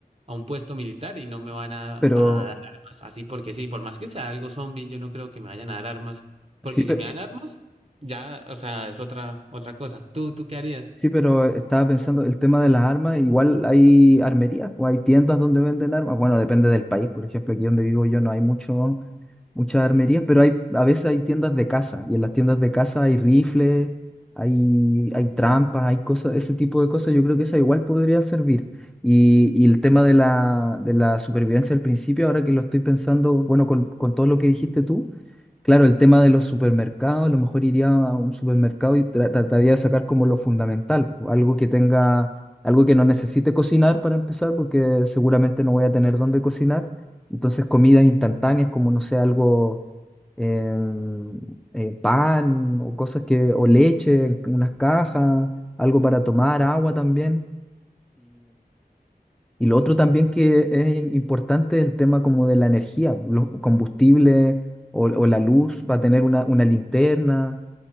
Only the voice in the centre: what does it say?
pero,
sí, pero,
sí, pero estaba pensando, el tema de las armas, igual hay armerías o hay tiendas donde venden armas. Bueno, depende del país, por ejemplo, aquí donde vivo yo no hay mucho, muchas armerías, pero hay, a veces hay tiendas de caza y en las tiendas de caza hay rifles, hay, hay trampas, hay cosas, ese tipo de cosas, yo creo que esa igual podría servir. Y, y el tema de la, de la supervivencia al principio, ahora que lo estoy pensando, bueno, con, con todo lo que dijiste tú. Claro, el tema de los supermercados, a lo mejor iría a un supermercado y tra- trataría de sacar como lo fundamental, po, algo que tenga, algo que no necesite cocinar para empezar, porque seguramente no voy a tener dónde cocinar. Entonces, comidas instantáneas como, no sé, algo, em, eh, pan o cosas que, o leche, en unas cajas, algo para tomar, agua también. Y lo otro también que es importante es el tema como de la energía, los combustibles o, o la luz, va a tener una, una linterna,